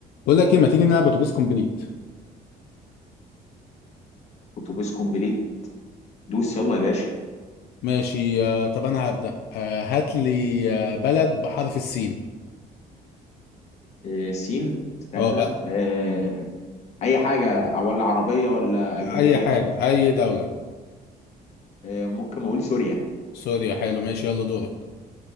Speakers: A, on the left; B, on the left.
A: بقول لك ايه ما تيجي نلعب اتوبيس كومبليت
B: اتوبيس كومبليت دوس يلا يا باشا
A: ماشي آه طب انا هبدأ آه هات لي آه بلد بحرف السين
B: آه، سين استنى
A: اه بقى
B: آه، اي حاجه ولا عربيه ولا اجنبيه
A: اي حاجة اي دولة
B: آه، ممكن اقول سوريا
A: سوريا حلو ماشي يلا دورك